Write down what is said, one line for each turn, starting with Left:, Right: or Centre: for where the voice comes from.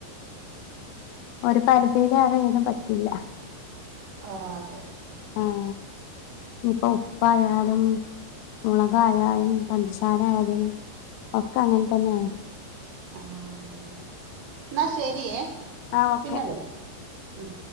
Left: ഒരു പരിധിയിലേറെ എനിക്കും പറ്റില്ല
Right: ആണോ അതെ
Left: ആഹ് ഇനിയിപ്പോ ഉപ്പായാലും മൊളകായാലും പഞ്ചസാര ആയാലും ഒക്കെ അങ്ങനെ തന്നെയാണ്
Right: ആഹ് അതെ അതെ എന്നാ ശെരിയേ
Left: ആഹ് ഓക്കെ
Right: പിന്നെ വിളിക്കാം ഉം